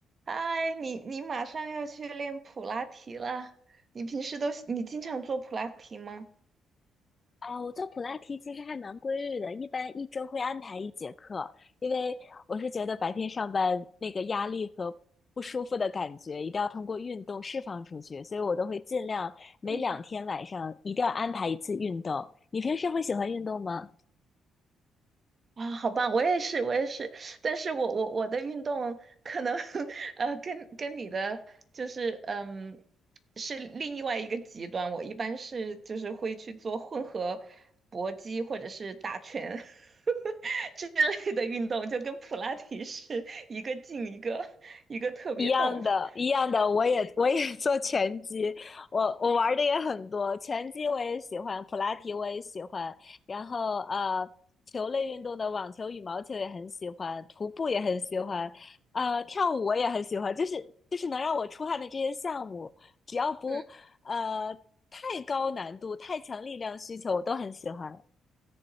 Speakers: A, on the right; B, on the left.
A: 嗨，你你马上要去练普拉提了，你平时都你经常做普拉提吗？
B: 啊，我做普拉提其实还蛮规律的，一般一周会安排一节课，因为我是觉得白天上班那个压力和不舒服的感觉，一定要通过运动释放出去，所以我都会尽量每两天晚上一定要安排一次运动。
A: <laughs>
B: 你平时会喜欢运动吗？
A: 啊，好棒！我也是，我也是，但是我我我的运动可能 <laughs> 呃跟跟你的就是嗯是另外一个极端，我一般是就是会去做混合搏击或者是打拳 <laughs> 之类的运动，就跟普拉提是一个劲一个一个特别动。
B: 一样的，
A: <laughs>
B: 一样的，我也我也 <laughs> 做拳击，我我玩的也很多，拳击我也喜欢，普拉提我也喜欢，然后呃，球类运动的网球、羽毛球也很喜欢，徒步也很喜欢，呃，跳舞我也很喜欢，就是就是能让我出汗的这些项目，只要不呃太高难度、
A: 嗯。
B: 太强力量需求，我都很喜欢